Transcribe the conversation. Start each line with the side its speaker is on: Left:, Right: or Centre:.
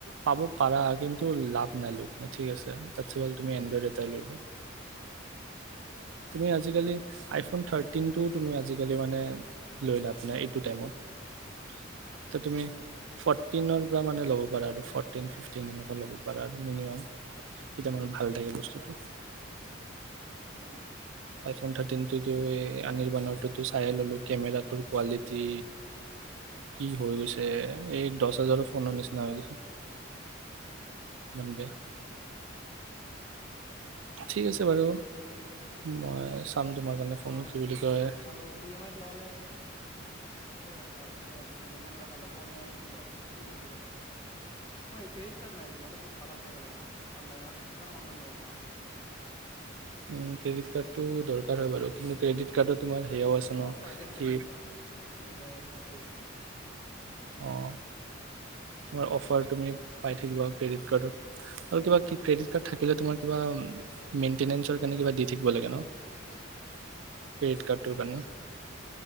Right: পাব পাৰা কিন্তু লাভ নাই লৈ কিনে ঠিক আছে তাতছ হ'ল তুমি এনড্ৰইড এটাই লৈলো। তুমি
Left: তাকে।
Right: আজিকালি আইফোন থাৰ টিনটো তুমি আজিকালি মানে লৈ লাভ নাই এইটো টাইমত, ত তুমি
Left: উম,
Right: চবপিনে মানে ল'ব পাৰা আৰু ফ'ৰ্টিন ফিফটিন এনেকুৱা ল'ব পাৰা আৰু মিনিমাম এতিয়া মানে ভাল থাকে বস্তুটো।
Left: উম।
Right: আইফোন থাৰ্টিনটোতো এই আনিৰ বানৰটোতো চাইে ল'লোঁ কেমেৰাটোৰ কোৱালিটি কি হৈ গৈছে এই দহ হাজাৰৰ ফোনৰ নিচিনা হৈ গৈছে ইমান বেয়া ঠিক আছে বাৰু। মই চাম তোমাৰ কাৰণে ফোন
Left: তোমাৰ
Right: কি বুলি
Left: চাবাচোন
Right: কয়
Left: আৰু ই এম আইত লওঁ নে? সেইয় হয় কবাচোন ই এম আইত ললে ভাল হ'ব নে সেইটো ললে ফুল কেচত লও। মই ক্ৰেডিট কাৰ্ড নাই যে নহলে ভাল অফাৰ পালো জানানে। অনলাইনত সেইকাৰণে অনলাইন ল'ব পৰা নাই।
Right: উম, ক্ৰেডিট কাৰ্ডটো দৰকাৰ হয় বাৰু কিন্তু ক্ৰেডিট। কাৰ্ডত তোমাৰ সেয়াও আছে
Left: চব
Right: ন
Left: প্ৰাইভেট
Right: কি
Left: বেংক পৰা Axis bank I C I C bank.
Right: অঁ তোমাৰ অফাৰ তুমি পাই থাকিবা ক্ৰেডিট কাৰ্ডত আৰু কিবা ক্ৰেডিট কাৰ্ড থাকিলে তোমাৰ কিবা মেইনটেনেঞ্চৰ কাৰণে কিবা দি থাকিব লাগে ন ক্ৰেডিট কাৰ্ডটোৰ কাৰণে।